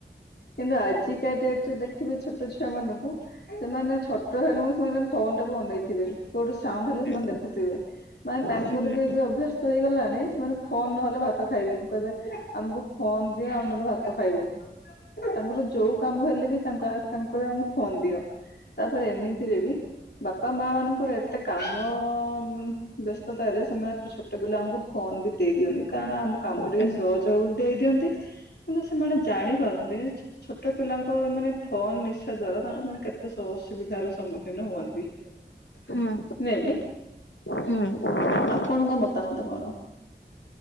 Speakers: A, on the left; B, on the left.
A: କିନ୍ତୁ ଆଜିକା ଡ଼େଟ ରେ ଦେଖିବେ ଛୋଟ ଛୁଆ ମାନଙ୍କୁ ସେମାନେ ଛୋଟ ହେଲେ ମ ସେମାନେ ଫୋନ ଟାକୁ ଅନେଇଥିବେ କୋଉଠି ସାଉଣ୍ଡ ହେଲେ
B: ହୁଁ
A: ସେମାନେ ଦେଖୁଥିବେ। ମାନେ ତାଙ୍କର
B: ହୁଁ
A: ବି ଏବେ ଅଭ୍ୟସ୍ତ ହେଇଗଲାଣି ସେମାନେ ଫୋନ ନହେଲେ ଭାତ ଖାଇବେନି କହିବେ ଆମକୁ ଫୋନ ଦିଅ ଆମେ ନହେଲେ ଭାତ ଖାଇବୁନି। ତାଙ୍କର ଯୋଉ କାମ ହେଲେ ବି ତାଙ୍କ କ ତାଙ୍କ କହି ଆମକୁ ଫୋନ ଦିଅ। ତାପରେ ଏମିତିରେ ବି ବାପା ମା ମାନଙ୍କର ଏତେ କାମ ଉଁ ବ୍ୟସ୍ତତାରେ ସେମାନେ ଛୋଟ ପିଲାଙ୍କୁ ଫୋନ ବି ଦେଇ ଦିଅନ୍ତି। କାରଣ ଆମ କାମ ଟିକେ
B: ହୁଁ
A: ସହଜ ହବ ବୋଲି ଦେଇଦିଅନ୍ତି। ହେଲେ ସେମାନେ ଜାଣିପାରନ୍ତିନି, ଛୋଟ ପିଲାଙ୍କ ମାନେ ଫୋନ ନିଶା ଦ୍ଵାରା ତାଙ୍କର ମାନେ କେ ଏତେ ଅସୁବିଧର ସମ୍ମୁଖୀନ ହୁଅନ୍ତି।
B: ହୁଁ
A: ନାଇଁ କି?
B: ହୁଁ।
A: ଆପଣଙ୍କ ମତାମତ କଣ?